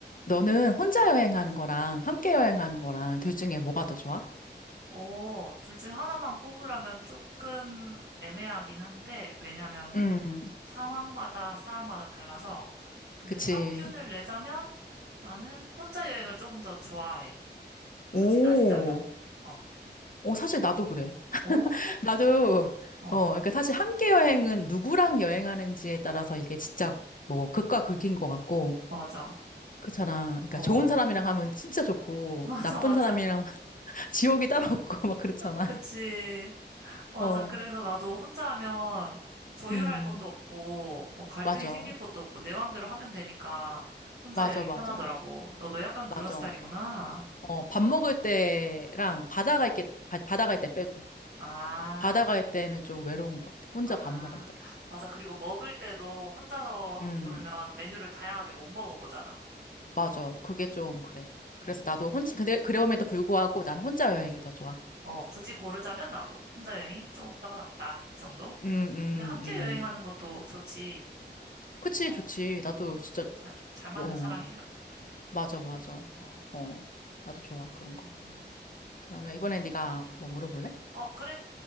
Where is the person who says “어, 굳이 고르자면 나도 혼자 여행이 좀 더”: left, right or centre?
Right